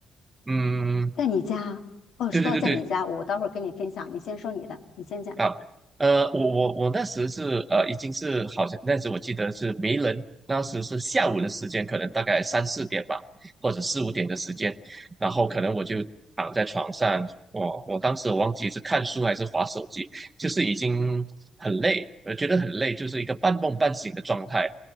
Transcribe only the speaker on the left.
在你家哦，
说到在你家，我待会儿跟你分享，你先说你的，你先讲，